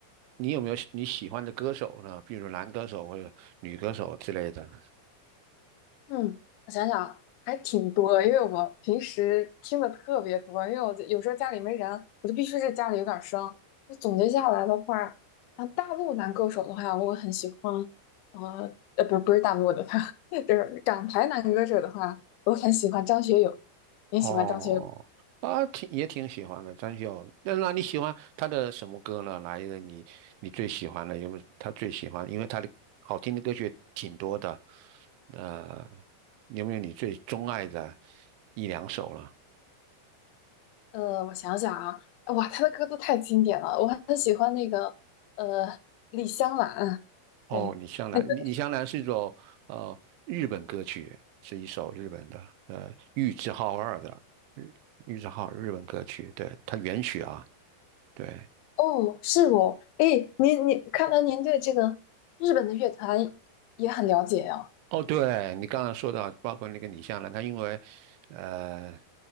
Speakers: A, on the right; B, on the left.
A: 你有没有你喜欢的歌手呢？比如男歌手或者女歌手之类的。
B: 嗯，我想想，还挺多的因为我平时听的特别多，因为我就有时候家里没人，我就必须是家里有点声。那总结下来的话，像大陆男歌手的话，我很喜欢，呃，呃，不，不是大陆的他 <laughs> 就是港台男歌手的话，我很喜欢张学友。你喜欢张学友？
A: 哦，啊，挺也挺喜欢的，张学友。那那你喜欢他的什么歌呢？来一个你你最喜欢的有没有？他最喜欢，因为他的好听的歌曲挺多的。呃，有没有你最钟爱的一两首了？
B: 呃，我想想啊，哇，他的歌都太经典了，我很喜欢那个，呃，李香兰，
A: 哦，
B: 对。
A: 李香兰，
B: 那个。
A: 李香兰是一首呃日本歌曲，是一首日本的呃玉置浩二的日玉置浩二日本歌曲，对，它原曲啊，对，
B: 哦，是哦，哎，您您，看来您对这个日本的乐坛也很了解呀、
A: 哦，对你刚刚说到，包括那个李香兰，她因为呃